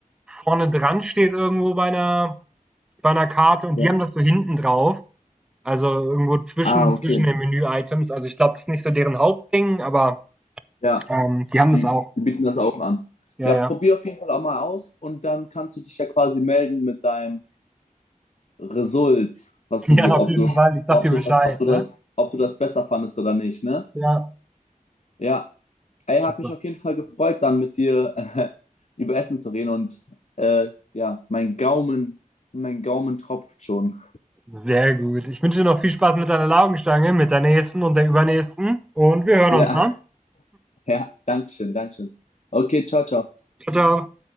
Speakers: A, in the centre; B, on the left.
A: vorne dran steht irgendwo bei einer bei einer Karte und
B: Ja.
A: die haben das so hinten drauf, also, irgendwo zwischen
B: Ah, okay.
A: zwischen den Menü-Items. Also, ich glaube, das ist nicht so deren Hauptding, aber,
B: Ja.
A: ähm, die haben
B: Die,
A: das auch.
B: die bieten das auch an.
A: Ja,
B: Ja,
A: ja.
B: probier auf jeden Fall auch mal aus und dann kannst du dich ja quasi melden mit deinem Result, was
A: <laughs>
B: du
A: Ja,
B: so,
A: auf
B: ob
A: jeden
B: du,
A: Fall. Ich sag
B: ob
A: dir
B: du
A: Bescheid,
B: das, ob du
A: ne?
B: das, ob du das besser fandest oder nicht, ne?
A: Ja.
B: Ja, ey,
A: Super.
B: hat mich auf jeden Fall gefreut, dann mit dir <laughs> über Essen zu reden und äh, ja, mein Gaumen, mein Gaumen tropft schon.
A: Sehr gut. Ich wünsche dir noch viel Spaß mit deiner Laugenstange, mit der nächsten und der übernächsten. Und wir hören
B: Ja,
A: uns, ne?
B: <laughs> ja, Dankeschön, Dankeschön. Okay, ciao, ciao.
A: Ciao, ciao.